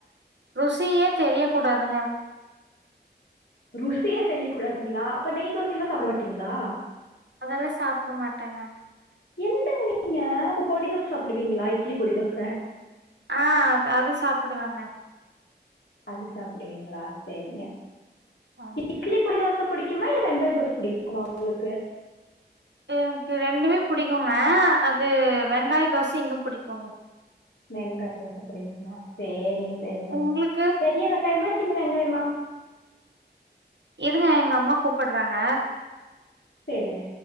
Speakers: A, on the right (about 80°); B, on the left (about 80°).
A: ருசியே தெரிய கூடாதுங்க
B: ருசியே தெரியக் கூடாதுங்களா அப்ப நெய் தோசை எல்லா சாப்ட மாட்டீங்களா
A: அதெல்லா சாப்ட மாட்டாங்க
B: என்னங்க நீீங்க அப்ப பொடி தோச சாப்புடுவீங்களா இட்லி பொடி தோச
A: ஆ அது சாப்புடுவங்க
B: அது சாப்பிடுவீங்களா சேரிங்க
A: ஆ
B: இட்லி பொடி தோச பிடிக்குமா இல்ல வெங்காய தோச பிடிக்குமா உங்களுக்கு
A: எனக்கு ரெண்டுமே புடிக்குங்க அது வெங்காய தோச இன்னு புடிக்குங்க
B: வெங்காய தோச புடிக்குமா சேரிங்க சேரிங்க
A: உங்களுக்கு
B: பெரிய வெங்காயமா சின்ன வெங்காயமா
A: இருங்க எங்க அம்மா கூப்ட்றாங்க
B: சேரிங்க